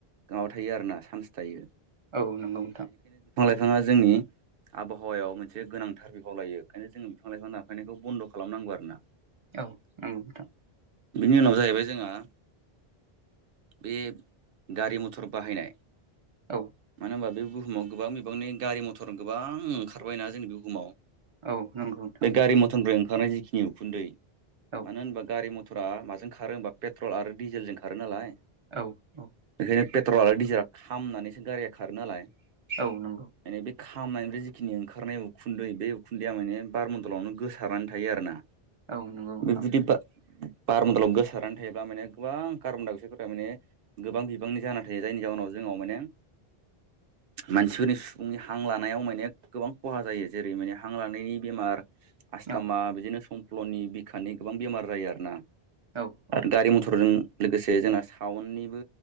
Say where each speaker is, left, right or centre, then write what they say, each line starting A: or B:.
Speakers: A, on the right; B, on the right.
A: माबा थायो आरोना चान्स थायो।
B: औ नंगौ नोंथां।
A: बिथाङा जोंनि आबहावायाव मोनसे गोनांथार बिफाव लायो ओखायनो जोङो बिफां लाइफां दानफायनायखौ बन्द' खालामनांगौ आरो ना।
B: औ उम नोंथां।
A: बिनि उनाव जाहैबाय जोंहा बे गारि मथर बाहायनाय
B: औ
A: मानो होनबा बे बुहुमाव गोबां बिबांनि गारि मथर गोबां ओंखारबायना जोंनि बुहुमाव
B: औ नंगौ नोंथां
A: बे गारि मथरनिफ्राय ओंखारनाय जिखिनि उखुन्दै
B: औ
A: मानो होनबा गारि म थ'रा माजों खारो होमबा पेट्रल आरो डिजेलजों खारो नालाय
B: औ औ।
A: बे पेट्रल आरो डिजिेल खामनानैसो गारिया खारो नालाय
B: औ नंगौ
A: एनिबे खामनायनिफ्राय जिखिनि ओंखारनाय उखुन्दै बे उखुन्दैया माने बारमन्दलावनो गोसारनानै थायो आरो ना।
B: औ नंगौ नोंथां।
A: बेबायदि बारमन्दलाव गोसारनानै थायोब्ला माने गोबां कारबनदाय अक्सायदफोर थारमाने गोबां बिबांनि जाना थायो जायनि जाहोनाव जोंआव माने मानसिफोरनि सुबुंनि हां लानायाव माने गोबां खहा जायो जेरै माने हां लानायनि बेमार आसस्थामा
B: औ
A: बिदिनो संफ्ल'नि बिखानि गोबां बेमार जायो आरो ना।
B: औ
A: आरो
B: औ
A: गारि मथरजों लोगोसे जोंना साउननिबो